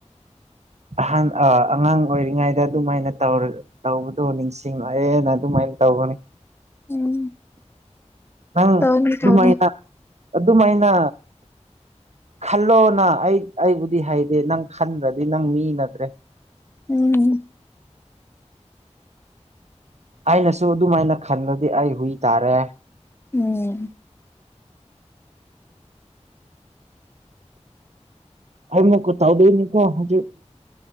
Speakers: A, on the right; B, on the left.
A: ꯑꯍꯥꯟ ꯑꯉꯥꯡ ꯑꯣꯏꯔꯤꯉꯩꯗ ꯑꯗꯨꯃꯥꯏꯅ ꯇꯧ ꯇꯧꯕꯗꯣ ꯅꯤꯡꯁꯤꯡꯂꯛꯑꯦꯅ ꯑꯗꯨꯃꯥꯏꯅ ꯇꯧꯕꯅꯤ
B: ꯎꯝ
A: ꯑꯪ
B: ꯇꯧꯅꯤ
A: ꯑꯗꯨꯃꯥꯏꯅ
B: ꯇꯧꯅꯤ
A: ꯑꯗꯨꯃꯥꯏꯅ ꯈꯜꯂꯣꯅ ꯑꯩ ꯑꯩꯕꯨꯗꯤ ꯍꯩꯗꯦ ꯅꯪ ꯈꯟꯗ꯭ꯔꯗꯤ ꯅꯪ ꯃꯤ ꯅꯠꯇ꯭ꯔꯦ
B: ꯎꯝ
A: ꯑꯩꯅꯁꯨ ꯑꯗꯨꯃꯥꯏꯅ ꯈꯟꯕꯗꯤ ꯑꯩ ꯍꯨꯏ ꯇꯥꯔꯦ
B: ꯎꯝ
A: ꯑꯩ ꯀꯨꯠ ꯇꯧꯗꯣꯔꯤꯅꯤꯀꯣ ꯍꯧꯖꯤꯛ